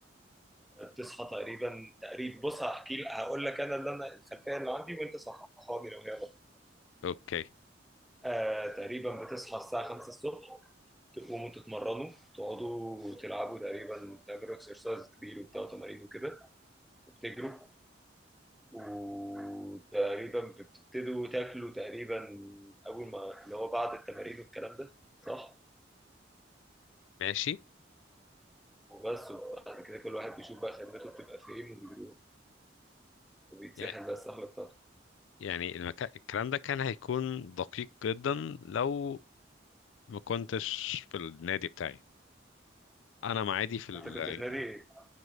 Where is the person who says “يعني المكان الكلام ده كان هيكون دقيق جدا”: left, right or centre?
Left